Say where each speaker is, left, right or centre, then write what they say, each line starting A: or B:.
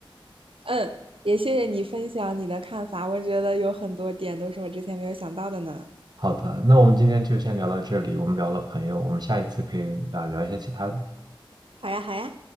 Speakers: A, on the right (about 80°); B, on the right (about 50°).
A: 嗯，也谢谢你分享你的看法，我觉得有很多点都是我之前没有想到的呢。
B: 好的，那我们今天就先聊到这里。我们聊了朋友，我们下一次可以啊聊一些其他的。
A: 好呀，好呀。